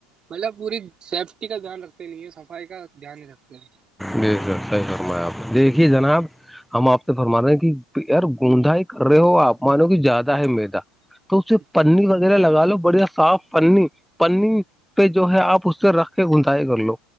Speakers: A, on the right; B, in the centre.
A: مطلب پوری سیفٹی کا دھیان رکھتے نہیں یہ صفائی کا دھیان نہیں رکھتے ہیں
B: د سر صحیح فرم آپ دیکھیے جناب ہم آپ سے فرما رہے ہیں کہ یار گوندھائی کر رہے ہو آپمانو کہ زیادہ ہے میدا تو اسے پنی
A: جی
B: وغیرہ لگا لو بڑیا صاف پنی پنی پہ جو ہے آپ اس سے رکھ کے گنجائے کر لو